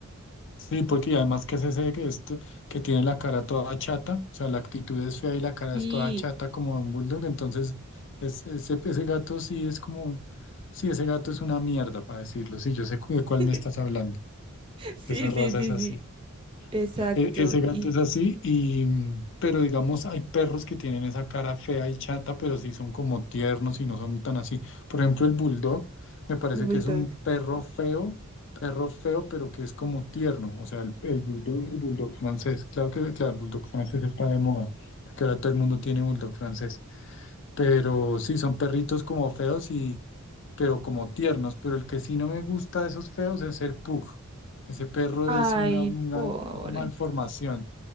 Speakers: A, on the left; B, on the right.
A: Sí, porque además que es ese que, esto, que tiene la cara toda chata, o sea, la actitud es fea y la cara
B: Sí,
A: es toda chata como un bulldog, entonces es, ese, ese gato sí es como, sí, ese gato es una mierda, para decirlo, sí, yo sé cu- de cuál
B: <laughs>
A: me estás hablando,
B: sí,
A: esa raza
B: sí, sí,
A: es así.
B: sí, exacto.
A: E- Ese gato
B: Y
A: es así, y, mm, pero digamos, hay perros que tienen esa cara fea y chata, pero sí son como tiernos y no son tan así. Por ejemplo, el bulldog me parece
B: el bulldog.
A: que es un perro feo, perro feo, pero que es como tierno. O sea, el, el bulldog y el bulldog francés. Claro que, claro, el bulldog francés está de moda, porque ahora todo el mundo tiene bulldog francés. Pero sí, son perritos como feos y, pero como tiernos. Pero el que sí no me gusta de esos feos es el pug. Ese perro
B: Ay,
A: es una, una,
B: pobre.
A: una malformación.